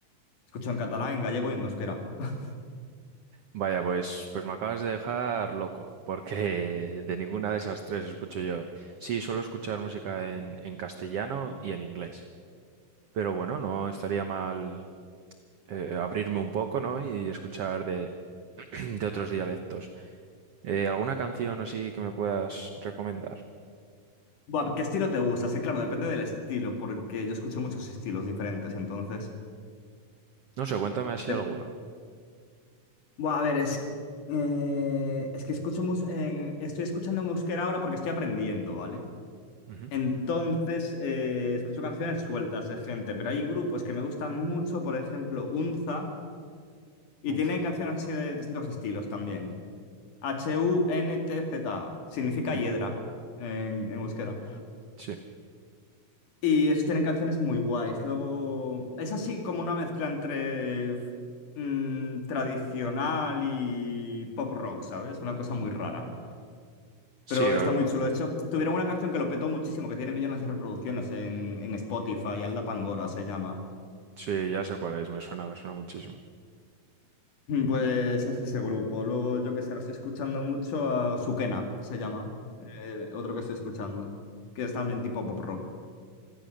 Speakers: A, on the left; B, on the right.
A: Escucho en catalán, en gallego y en euskera. <laughs>
B: Vaya, pues, pues me acabas de dejar loco, porque <laughs> de ninguna de esas tres escucho yo. Sí, suelo escuchar música en, en castellano y en inglés. Pero bueno, no estaría mal eh, abrirme un poco, ¿no? Y escuchar de, <clears throat> de otros dialectos. Eh, ¿alguna canción así que me puedas recomendar?
A: Buah, ¿qué estilo te gusta? Sí, claro, depende del estilo, porque yo escucho muchos estilos diferentes, entonces.
B: No sé, cuéntame así
A: de-
B: alguno.
A: Buah, a ver, es. eh, Es que escucho mus- en- Estoy escuchando en euskera ahora porque estoy aprendiendo, ¿vale?
B: Ujú,
A: Entonces, eh, escucho canciones sueltas de gente, pero hay grupos que me gustan mucho, por ejemplo, Unza, y
B: Unza.
A: tiene canciones así de distintos estilos también. H-U-N-T-Z, significa
B: Ujú,
A: hiedra en, en euskera.
B: Sí.
A: Y esos tienen canciones muy guays. Luego, es así como una mezcla entre mm, tradicional y pop rock, ¿sabes? Una cosa muy rara.
B: Sí,
A: Pero
B: o-
A: está muy chulo. De hecho, tuvieron una canción que lo petó muchísimo, que tiene millones de reproducciones en, en Spotify, Alda Pangora se llama.
B: sí, ya sé cuál es, me suena, me suena muchísimo.
A: Mm, Pues es ese grupo. Luego yo que sé, ahora estoy escuchando mucho a Sukena, se llama. Eh, otro que estoy escuchando, que es también tipo pop rock.